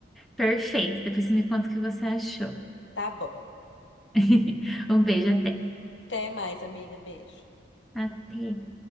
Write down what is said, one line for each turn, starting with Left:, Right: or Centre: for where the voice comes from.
Centre: Perfeito. Depois você me conta o que você achou.
Left: Tá bom.
Centre: <laughs> Um beijo, até.
Left: Até mais, amiga. Beijo.
Centre: Até.